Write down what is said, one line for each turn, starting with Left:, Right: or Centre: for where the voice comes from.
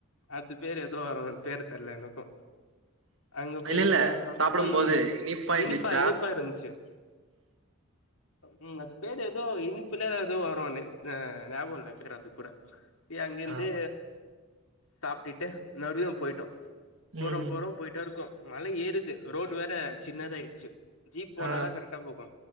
Left: அது பேரு எதோ வரும் பேர் தெரில எனக்கு அங்க போய்
Right: இல்ல இல்ல
Left: இதெல்லா சாப்
Right: சாப்பிடும்
Left: ம்
Right: போது
Left: ம்
Right: இனிப்பாந்துச்சு
Left: இனிப்பா இனிப்பா இருந்துச்சு உம் அது பேர் ஏதோ இனி ப்புல எது வரும் ம் ஞாபக இல்ல பேரு அது கூட ஏ அங்கேந்து
Right: ஆ
Left: சாப்ட்டுட்டு நடுவுல போயிட்டோம் போறோ
Right: ம்
Left: போறோ போயிட்டே இருக்கோ மல ஏறுது ரோடு வேற சின்னதா ச்சி ஜீப் போனாதா
Right: ஆ
Left: கரெக்டா போகு